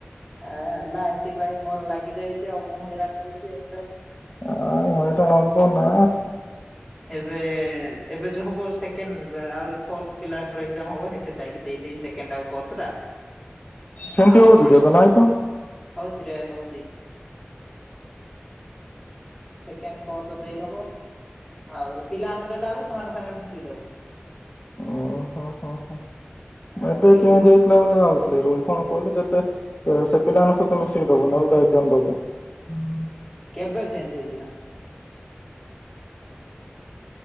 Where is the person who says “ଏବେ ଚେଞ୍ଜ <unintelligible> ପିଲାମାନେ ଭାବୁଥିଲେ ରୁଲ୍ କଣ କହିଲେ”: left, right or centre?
Left